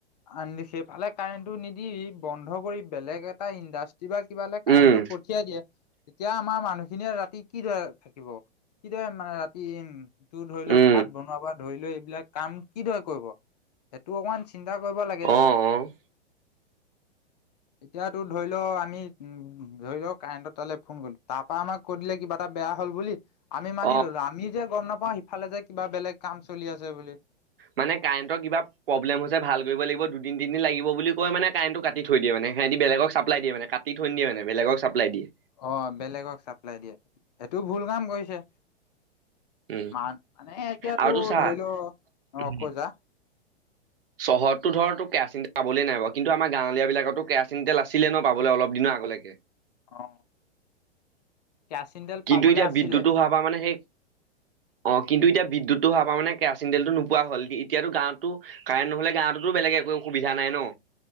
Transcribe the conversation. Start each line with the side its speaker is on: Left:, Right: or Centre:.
Left: আন, সেইফালে কাৰেণ্টটো নিদি, বন্ধ কৰি বেলেগ এটা ইণ্ডাষ্টি কিবা, কিবলে কাৰেণ্টটো
Right: উম
Left: পঠিয়াই দিয়ে। তেতিয়া আমাৰ মানুহখিনিয়ে ৰাতি কিদৰে থাকিব, কিদৰে মানে ৰাতি উম, টো ধৰি লও
Right: উম,
Left: ভাত বনোৱা পৰা ধৰি লয় এইবিলাক কাম, কিদৰে কৰিব? এইটো অকমান চিন্তা কৰিব লাগে।
Right: অ', অ',
Left: এতিয়াতো ধৰি ল, আমি উম, ধৰি ল, কাৰেণ্ট তালৈ ফোন কৰিলো, তাৰ পৰা আমাক ক'ত লা কিবা এটা বেয়া হ'ল বুলি, আমি
Right: অ',
Left: মানি ল'লো, আমি যে গম নাপাওঁ সিফালে যে কিবা বেলেগ কাম চলি আছে বুলি।
Right: মানে কাৰেণ্টৰ কিবা প্ৰব্লেম হৈছে, ভাল কৰিব লাগিব দুদিন-তিদিন লাগিব বুলি কয় মানে কাৰেণ্টটো কাটি থৈয় দিয়ে মানে, ইহঁতি বেগকক চাপলাই দিয়ে মানে কা টি থৈ নিদিয়ে মানে, বেলেগক চাপ্লাই দিয়ে।
Left: অ, বেলেগক চাপ্লাই দিয়ে, সেইটো ভুল কাম কৰিছে।
Right: উম,
Left: মান মানে এতিয়াতো
Right: আৰু তোৰ চা
Left: ধৰি ল, অ,
Right: উম,
Left: কয় যা।
Right: চহৰততো ধৰ তোৰ কেৰাচিন তেল পাবলেই নাই, কিন্তু আমাৰ গাঁৱলীয়া বিলাকতো কেৰাচিন তেল আছিলে ন, পাবলৈ অলপ দিনৰ আগলৈকে।
Left: অ, কেৰাচিন তেল।
Right: কিন্তু
Left: পাবলে
Right: এতিয়া
Left: আছিলে।
Right: বিদ্যুতটো হোৱাৰ পৰা মানে সেই অ, কিন্তু এতিয়া বিদ্যুতটো হোৱাৰ পৰা মানে কেৰাচিন তেলটো নোপোৱা হ'ল, এতিয়াতো গাঁৱতো কাৰেণ্ট নহ'লে গাওঁটো বেলেগ একো সুবিধা নাই ন?